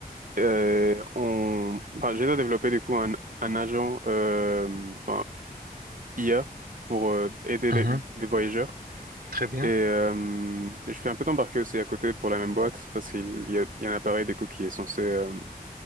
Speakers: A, on the right (about 60°); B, on the right (about 75°).
A: Euh, on, enfin, j'ai développé du coup un, un agent euh, enfin, IA pour euh, aider
B: Mhm,
A: les, les voyageurs.
B: Très bien.
A: Et euh, je fais un peu d'embarquer aussi à côté pour la même boîte parce qu'il y a, il y a un appareil du coup qui est censé euh,